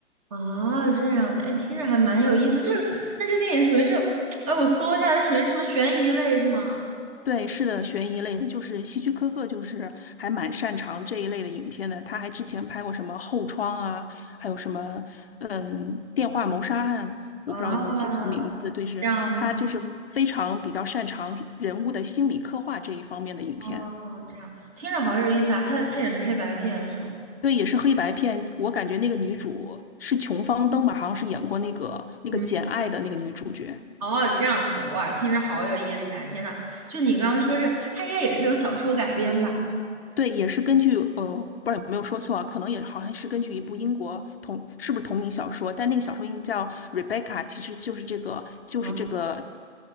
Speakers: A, on the right (about 30°); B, on the left (about 55°).
A: 哦，这样的，哎，听着还蛮有意思。这个，那这电影属于是，<tsk> 哎，我搜一下，它属于什么悬疑类是吗？
B: 对，是的，悬疑类的，就是希区柯克，就是还蛮擅长这一类的影片的。他还之前拍过什么《后窗》啊，还有什么嗯、呃电话谋杀案，
A: 啊，
B: 我不知道有没有记错名字。对，是他就是非常比较擅长人物的心理刻画这一方面的影片。
A: 这样子哦，这样听着好有意思啊！它它也是黑白片是吗？
B: 对，也是黑白片。我感觉那个女主是琼芳登吧，好像是演过那个那个《简爱》的那个女主角。
A: 嗯，哦，这样子哇，听着好有意思啊！天呐，就你刚刚说这个，它应该也是有小说改编吧？
B: 对，也是根据呃，不知道有没有说错啊，可能也好像是根据一部英国同是不是同名小说，但那个小说应该叫《Rebecca》，其实就是这个就是这个
A: 嗯，